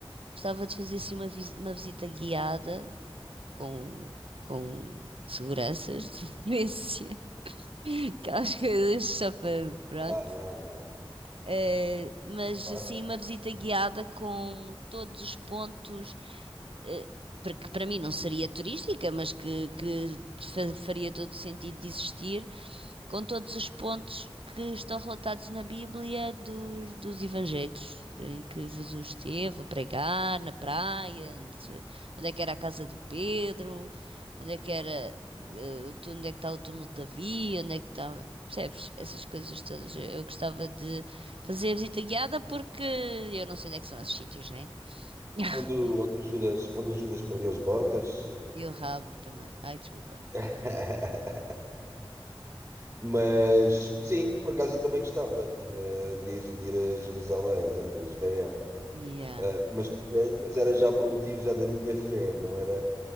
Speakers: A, on the right; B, on the right.
A: Gostava de fazer assim uma, vis- uma visita guiada com, com seguranças, de preferência, <laughs> aquelas coisas só para, pronto.
B: Ah, não, não,
A: Eh, mas
B: claro.
A: assim, uma visita guiada com todos os pontos, eh, para que para mim não seria turística, mas que, que fa- faria todo o sentido de existir, com todos os pontos que estão relatados na Bíblia dos, dos Evangelhos, em que Jesus esteve a pregar na praia, onde, onde é que era a casa do Pedro, onde é que era, eh, o tu- onde é que está o túmulo de Davi, onde é que está, percebes? Essas coisas todas. Eu eu gostava de fazer a visita guiada porque eu não sei onde é que são esses sítios, né? <laughs>
B: Onde, o- onde o Judas, onde o Judas perdeu as botas.
A: E o rabo também. Ai, desculpa.
B: <laughs> Mas sim, por acaso eu também gostava de ir, a- de ir- de ir a Jerusalém, exato, a Israel.
A: Yeah.
B: Ah, mas, eh, mas era já por um motivo já da minha fé, não era.